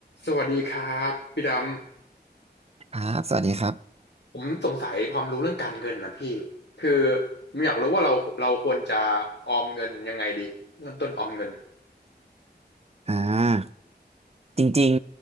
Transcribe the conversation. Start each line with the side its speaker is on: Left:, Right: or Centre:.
Left: สวัสดีครับพี่ดำ
Right: ครับ สวัสดีครับ
Left: ผมสงสัยความรู้เรื่องการเงินนะพี่คือผมอยากรู้ว่าเราเราควรจะออมเงินยังไงดีเริ่มต้นออมเงิน
Right: อ่าจริง